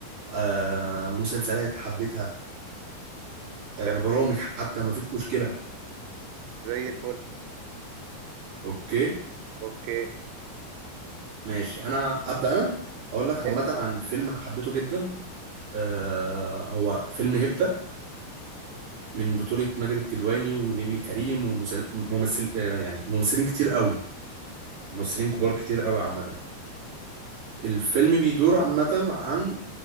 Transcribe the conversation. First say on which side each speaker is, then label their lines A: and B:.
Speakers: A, on the right; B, on the right.
A: آه مسلسلات حبيتها آه
B: تمام
A: برامج حتى ما فيش مشكلة
B: زي الفل
A: اوكي
B: اوكي
A: ماشي انا ابدأ انا هقول لك عامة
B: إيه؟
A: عن فيلم انا حبيته جدا آه هو فيلم هيبتا من بطولة ماجد الكدواني ونيلي كريم وممثل آه يعني ممثلين كتير قوي ممثلين كبار كتير قوي عامة الفيلم بيدور عامة عن